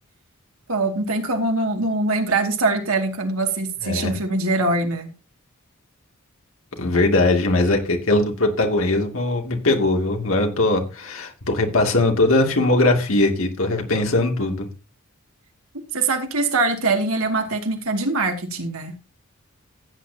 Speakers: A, on the right (about 85°); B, on the left (about 70°).
A: Pô, não tem como não, não lembrar de storytelling quando você assiste
B: É,
A: um filme de herói, né?
B: verdade, mas a- aquela do protagonismo me pegou, viu? Agora eu tô, tô repassando toda a filmografia aqui, tô repensando tudo.
A: Você sabe que o storytelling, ele é uma técnica de marketing, né?